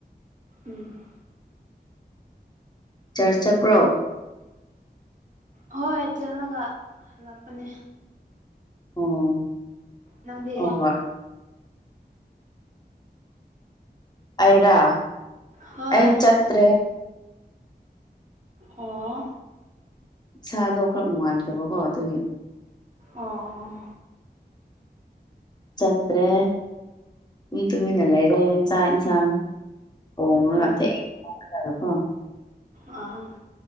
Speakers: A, on the right (about 45°); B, on the left (about 25°).
A: ꯎꯝ
B: ꯆꯔꯆ ꯆꯠꯄ꯭ꯔꯣ
A: ꯍꯣꯏ ꯆꯠꯂꯒ ꯍꯜꯂꯛꯄꯅꯦ
B: ꯑꯣ
A: ꯅꯪꯗꯤ
B: ꯍꯣꯏ ꯍꯣꯏ ꯑꯩꯔꯥ
A: ꯍꯣꯏ
B: ꯑꯩ ꯆꯠꯇ꯭ꯔꯦ
A: ꯑꯣ
B: ꯏꯁꯥꯗꯣ ꯈꯔ ꯅꯨꯡꯉꯥꯏꯇꯕꯀꯣ ꯑꯗꯨꯒꯤ
A: ꯑꯣ
B: ꯆꯠꯇ꯭ꯔꯦ ꯇꯨꯃꯤꯟꯅ ꯂꯩꯔꯦ ꯆꯥꯛ ꯏꯟꯁꯥꯡ <unintelligible>
A: ꯎꯝ ꯑꯥ